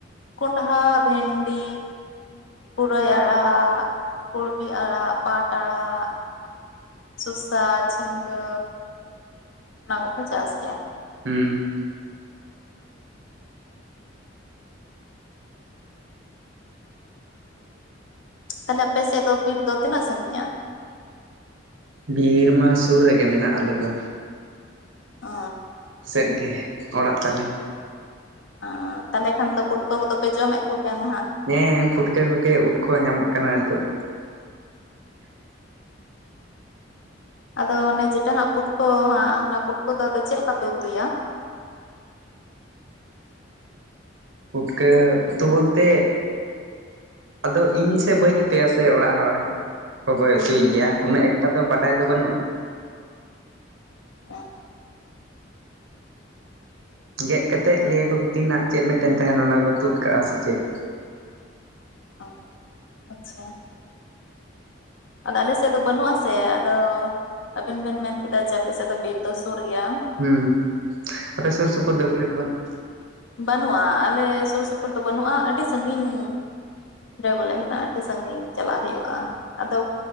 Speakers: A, on the left; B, on the right.
A: ᱠᱚᱸᱰᱦᱟ, ᱵᱷᱮᱱᱰᱤ, ᱯᱩᱨᱟᱹᱭ ᱟᱲᱟᱜ, ᱠᱩᱲᱵᱤ ᱟᱲᱟᱜ, ᱯᱟᱴ ᱟᱲᱟᱜ, ᱥᱚᱥᱟ, ᱡᱷᱤᱸᱜᱟᱹ ᱚᱱᱟ ᱠᱚᱠᱚ ᱪᱟᱥ ᱜᱮᱭᱟ᱾
B: ᱦᱩᱸ᱾
A: ᱛᱟᱞᱦᱮ ᱟᱯᱮ ᱥᱮᱫ ᱫᱚ ᱵᱤᱨ ᱫᱚ ᱛᱤᱱᱟᱹᱜ ᱥᱟᱺᱜᱤᱧᱟ?
B: ᱵᱤᱨᱻᱢᱟ ᱥᱩᱨ ᱨᱮᱜᱮ ᱢᱮᱱᱟᱜ-ᱟ ᱟᱞᱮ ᱫᱚ᱾
A: ᱚ
B: ᱥᱮᱫ ᱜᱮ ᱚᱲᱟᱜ ᱛᱟᱞᱮ᱾
A: ᱟᱸ ᱛᱟᱞᱦᱮ ᱠᱷᱟᱱ ᱫᱚ ᱯᱩᱴᱼ ᱠᱳ ᱫᱚᱯᱮ ᱡᱚᱢ ᱮᱜ ᱠᱚᱜᱮᱭᱟ ᱱᱟᱦᱟᱜ᱾
B: ᱦᱮᱸ ᱯᱷᱩᱴᱠᱟᱹ ᱠᱚᱜᱮ ᱩᱫ ᱠᱚ ᱧᱟᱢᱚᱜ ᱠᱟᱱᱟ ᱱᱤᱛᱚᱜ᱾ <inaudible>
A: ᱟᱫᱚ ᱚᱱᱮ ᱪᱮᱴᱟ ᱦᱟᱸᱜ ᱯᱩᱴᱠᱟᱹ ᱦᱟᱸᱜ ᱚᱱᱟ ᱯᱩᱴᱠᱟᱹ ᱫᱚ ᱟᱫᱚ ᱪᱮᱫ ᱞᱮᱠᱟ ᱯᱮ ᱩᱛᱩᱭᱟ?
B: ᱯᱩᱴᱠᱟᱹ ᱩᱛᱩ ᱵᱚᱞᱛᱮ ᱟᱫᱚ ᱤᱧ ᱥᱮ ᱵᱟᱹᱧ ᱩᱛᱩᱭᱟ ᱥᱮ ᱚᱲᱟᱜ ᱦᱚᱲ᱾ ᱜᱚᱜᱚᱭ ᱩᱛᱩᱭ
A: ᱦᱩᱸ
B: ᱜᱮᱭᱟ ᱩᱱᱟᱹᱜ ᱮᱠᱴᱟ ᱫᱚ ᱵᱟᱰᱟᱭ ᱫᱚ ᱵᱟᱹᱱᱩᱜ-ᱟ᱾
A: ᱚᱸ
B: ᱜᱮᱫ ᱠᱟᱛᱮᱫ ᱞᱟᱹᱭᱟ ᱠᱚ ᱵᱷᱤᱛᱤᱨ ᱨᱮᱱᱟᱜ ᱪᱮᱫ ᱢᱤᱫᱴᱟᱹᱝ ᱛᱟᱦᱮᱱᱟ ᱚᱱᱟ ᱠᱚ ᱛᱩᱫ ᱠᱟᱜ-ᱟ ᱥᱮ ᱪᱮᱫ᱾
A: ᱚ ᱟᱪᱪᱷᱟ, ᱟᱫᱚ ᱟᱞᱮ ᱥᱮᱫ ᱫᱚ ᱵᱟᱹᱱᱩᱜ-ᱟ ᱥᱮ ᱟᱫᱚ ᱟᱵᱤᱱ ᱵᱮᱱ ᱢᱮᱱ ᱠᱮᱫᱟ ᱡᱮ ᱟᱯᱮ ᱥᱮᱫ ᱫᱚ ᱵᱤᱨ ᱫᱚ ᱥᱩᱨ ᱜᱮᱭᱟ᱾
B: ᱦᱩᱸ ᱟᱯᱮ ᱥᱩᱨ ᱥᱩᱯᱩᱨ ᱫᱚ <unintelligible>
A: ᱵᱟᱱᱩᱜ-ᱟ ᱟᱞᱮ ᱥᱩᱨ ᱥᱩᱯᱩᱨ ᱫᱚ ᱵᱟᱱᱩᱜ-ᱟ ᱟᱹᱰᱤ ᱥᱟᱺᱜᱤᱧ ᱨᱮ ᱵᱚᱞᱮ ᱢᱮᱱᱟᱜ-ᱟ, ᱟᱹᱰᱤ ᱥᱟᱺᱜᱤᱧ ᱪᱟᱞᱟᱜ ᱦᱩᱭᱩᱜ-ᱟ ᱟᱫᱚ